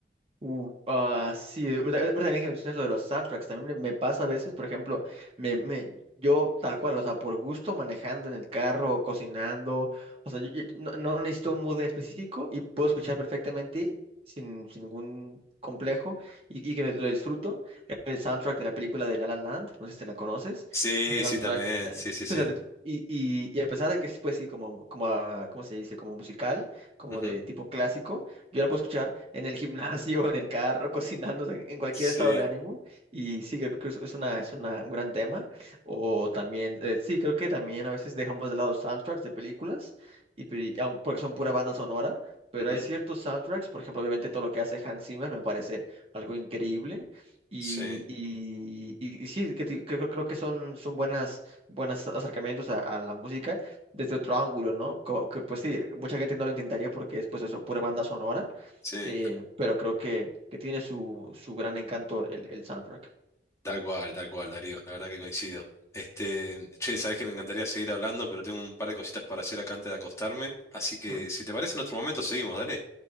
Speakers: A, on the right; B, on the left.
A: Uh, ah, sí, eh, ahorita ahorita también que mencionas lo de los soundtracks, también me, me pasa a veces, por ejemplo, me, me, yo tal cual, o sea, por gusto manejando en el carro, cocinando, o sea, yo- yo- yo no, no necesito un mood en específico y puedo escuchar perfectamente sin, sin ningún complejo y, y que me- lo disfruto. El soundtrack de la película de La La Land, no sé si te la conoces,
B: Sí,
A: ese soundtrack,
B: sí, también.
A: la-
B: Sí, sí, sí.
A: o sea, te- te- y, y, y a pesar de que es, pues sí, como, como, ah, ¿cómo se dice? Como musical, como
B: Ujú.
A: de tipo clásico. Yo la puedo escuchar en el gimnasio, <laughs> en el carro, <laughs> cocinando, o sea, en cualquier
B: Sí,
A: estado de ánimo. Y sí, creo que es es una, es una- un gran tema. O también, eh, sí, creo que también a veces dejamos de lado soundtracks de películas, y, pe- aun- porque son pura banda sonora. Pero
B: ujú.
A: hay ciertos soundtracks, por ejemplo, obviamente todo lo que hace Hans Zimmer me parece algo increíble. Y,
B: Sí,
A: y, y- y sí, que ti- creo, creo que son, son buenas, buenos acercamientos a a la música desde otro ángulo, ¿no? Co- que pues sí, mucha gente no lo intentaría porque es pues eso, pura banda sonora
B: sí.
A: eh, pero creo que, que tiene su, su gran encanto el, el soundtrack.
B: Tal cual, tal cual, Darío. La verdad que coincido. Este, che, sabés que me encantaría seguir hablando, pero tengo un par de cositas para hacer acá antes de acostarme. Así que
A: ¿Mm?
B: si te parece, en otro momento seguimos, dale.